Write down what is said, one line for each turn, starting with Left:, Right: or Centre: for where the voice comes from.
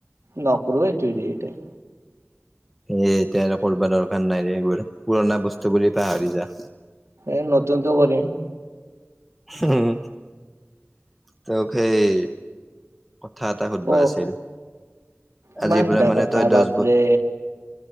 Right: নকৰো এইটোৱেদি এতিয়া
Centre: সেই এতিয়া আৰু কৰবা দৰকাৰ নাই ৰে এইবোৰ, পুৰণা বস্তু বুলি পাহৰি যা।
Right: এ নতুনটো কৰিম।
Centre: হুম, তোক হেই কথা এটা সুধবা
Right: ক
Centre: আছিল?
Right: ইমান
Centre: আজিৰ পৰা
Right: ধা
Centre: মানে,
Right: কথা
Centre: তই
Right: বাপৰে
Centre: দছ ব